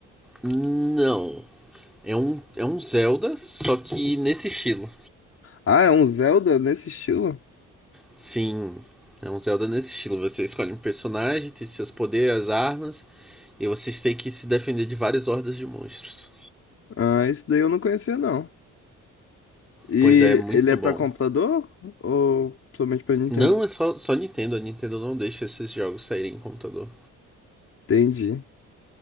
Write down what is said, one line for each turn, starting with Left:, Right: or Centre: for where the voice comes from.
Centre: Não, é um é um Zelda, só que nesse estilo.
Left: Ah, é um Zelda nesse estilo?
Centre: Sim, é um Zelda nesse estilo. Você escolhe um personagem, tem seus poderes, as armas E vocês têm que se defender de várias hordas de monstros.
Left: Ah, esse daí eu não conhecia, não. E
Centre: Pois é, muito
Left: ele é pra
Centre: bom.
Left: computador ou somente pra Nintendo?
Centre: Não é só, só Nintendo, a Nintendo não deixa esses jogos saírem em computador.
Left: Entendi.